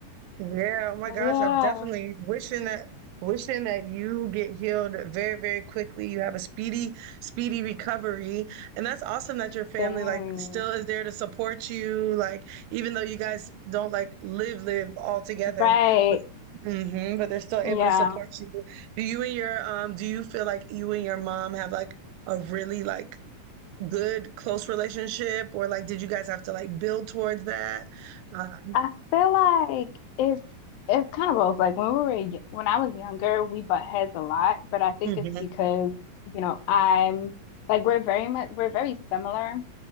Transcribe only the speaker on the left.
Yeah,
same.
Right.
Yeah.
I feel like it's it's kind of both. Like when we were y- when I was younger, we butt heads a lot, but I think
it's because, you know, I'm like we're very much we're very similar